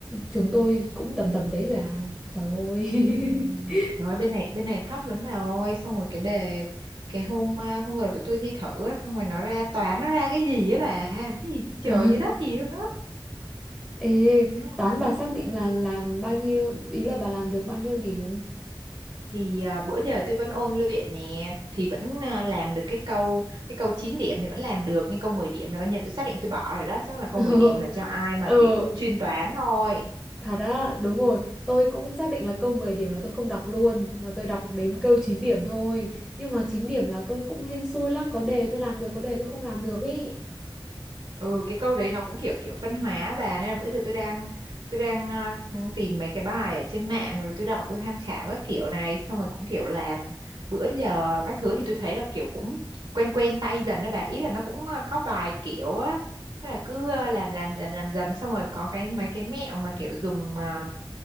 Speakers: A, in the centre; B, on the right.
A: trường tôi cũng tầm tầm đấy rồi à. Trời ơi.
B: Ừm,
A: <laughs>
B: Rồi bên này bên này thấp lắm bà ơi, xong rồi cái đề cái hôm à, hôm rồi tụi tôi thi thử á, xong rồi nó ra toán nó ra cái gì á bà, cái gì trên trời
A: À,
B: dưới đất gì đó.
A: ê,
B: Thấy không?
A: toán bà xác định là làm bao nhiêu, ý là bà làm được bao nhiêu điểm?
B: thì à, bữa giờ tôi vẫn ôn luyện nè thì vẫn à, làm được cái câu cái câu 9 điểm thì vẫn làm được nhưng câu 10 điểm là coi như là tôi xác định tôi bỏ rồi đó chắc là câu
A: <laughs>
B: 10 điểm là
A: Ờ.
B: cho ai mà kiểu
A: Ờ.
B: chuyên toán thôi
A: Thật á, đúng rồi, tôi cũng xác định là câu 10 điểm là tôi không đọc luôn và tôi đọc đến câu 9 điểm thôi. Nhưng mà 9 điểm là tôi cũng hên xui lắm, có đề tôi làm được, có đề tôi không làm được ý.
B: ừ cái câu đấy nó cũng kiểu kiểu phân hóa á bà nên là bữa giờ tôi đang tôi đang ờ, s- tìm mấy cái bài ở trên mạng rồi tôi đọc tôi tham khảo các kiểu này xong rồi cũng kiểu làm bữa giờ các thứ thì tôi thấy là kiểu cũng quen quen tay dần đó bà ý là nó cũng ờ, có vài kiểu á thế là cứ ờ, làm làm dần làm dần xong rồi có cái mấy cái mẹo mà kiểu dùng ờ,